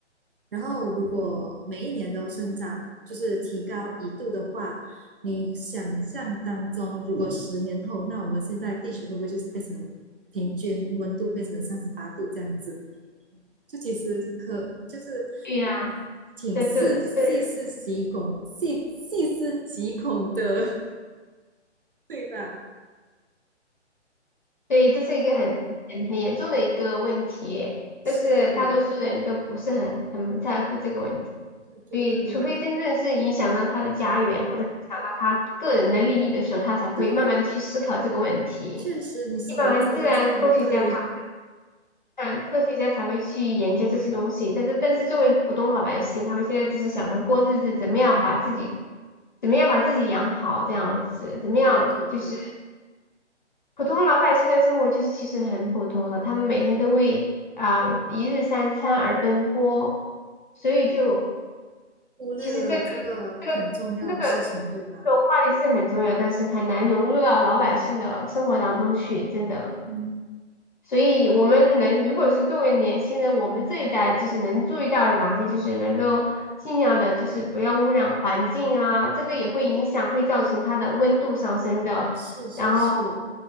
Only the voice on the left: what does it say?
对呀、
这这这
对，这是一个很很很严重的一个问题，但是大多数人都不是很很在乎这个问题，
所以除非真正是影响到他的家园或者影响到他个人的利益的时候，他才会慢慢的去思考这个问题。
一般自然科学家他，嗯，科学家才会去研究这些东西，但是但是作为普通老百姓，他们现在只是想着过日子，怎么样把自己，怎么样把自己养好，这样子，怎么样就是。
普通老百姓的生活就是其实很普通的，他们每天都为啊、一日三餐而奔波，所以就
其实这个这个这个
这个话题是很重要，但是很难融入到老百姓的生活当中去，真的。
所以我们能，
如果是作为年轻人，我们这一代就是能注意到哪些，就是能够尽量的，就是不要污染环境啊，这个也会影响，会造成它的温度上升的。
然后，